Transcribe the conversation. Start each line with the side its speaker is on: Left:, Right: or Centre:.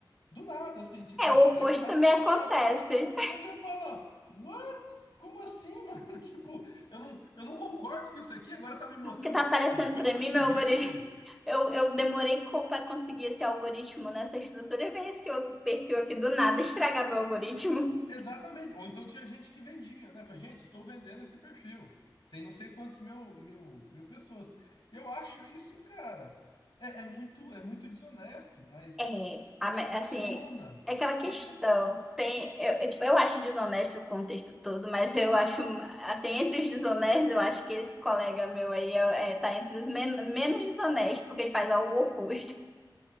Left: Do nada, assim, tipo,
Centre: É, o oposto
Left: e aí começa
Centre: também
Left: a postar
Centre: acontece.
Left: umas coisas. Aí você fala, what? Como assim, mano? <laughs> Tipo, eu não, eu não concordo com isso aqui, agora tá me mostrando
Centre: O que tá aparecendo
Left: jogo
Centre: para
Left: do
Centre: mim,
Left: Tigrinho.
Centre: meu algoritmo, <laughs> eu, eu demorei para conseguir esse algoritmo nessa estrutura e veio esse outro perfil aqui do nada estragar meu algoritmo.
Left: Exatamente. Ou então tinha gente que vendia, né? Falei, gente, estou vendendo esse perfil. Tem não sei quantos mil, mil, mil pessoas. Eu acho isso, cara, é, é muito, é muito desonesto, mas
Centre: É, a me-
Left: funciona.
Centre: assim, é aquela questão.
Left: Isso
Centre: Tem, eu, eu, tipo, eu acho desonesto o contexto todo, mas eu acho, assim, entre os desonestos, eu acho que esse colega meu aí é, é, tá entre os men menos desonestos, porque ele faz algo oposto.